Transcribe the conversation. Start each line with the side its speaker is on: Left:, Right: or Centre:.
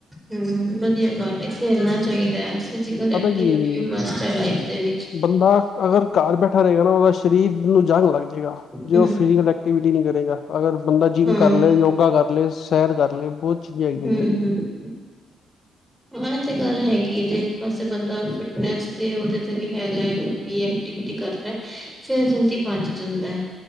Centre: ਹਮ ਵਧੀਆ ਗੱਲ ਏ ਖੇਲਣਾ ਚਾਹੀਦਾ। ਫਿਜ਼ਕਲ ਐਕਟੀਵਿਟੀ
Left: ਪਤਾ ਕੀ ਹੈ ਜੀ
Centre: ਵੀ ਮਸਟ ਹੈ ਲਾਈਫ ਦੇ ਵਿੱਚ
Left: ਬੰਦਾ ਅਗਰ ਘਰ ਬੈਠਾ ਰਹੇਗਾ ਨਾ ਉਹਦਾ ਸ਼ਰੀਰ ਨੂੰ ਜੰਗ ਲੱਗ ਜਾਏਗਾ ਜੇ
Centre: ਹੂੰ-ਹੂੰ-ਹੂੰ-ਹੂੰ
Left: ਉਹ ਫਿਜ਼ਕਲ ਐਕਟੀਵਿਟੀ ਨਹੀਂ ਕਰੇਗਾ ਅਗਰ ਬੰਦਾ ਜਿੰਮ
Centre: ਹਾਂ
Left: ਕਰ ਲਏ ਯੋਗਾ ਕਰ ਲਏ। ਸੈਰ ਕਰ ਲਈਏ ਬਹੁਤ ਚੀਜ਼ਾਂ ਹੈਗੀਆਂ
Centre: ਹੂੰ-ਹੂੰ,
Left: ਨੇ ਜੀ।
Centre: ਹਾਂ ਇਹ ਤੇ ਗੱਲ ਹੈਗੀ ਹੈ, ਜੇ ਇੱਕ ਪਾਸੇ ਬੰਦਾ ਫਿਟਨੈਸ ਤੇ ਉਹਦੇ ਤੇ ਵੀ ਹੈਗਾ ਹੈ। ਐਕਟੀਵਿਟੀ ਕਰਦਾ ਫੇਰ ਜਲਦੀ ਪਚ ਜਾਂਦਾ ਹੈ।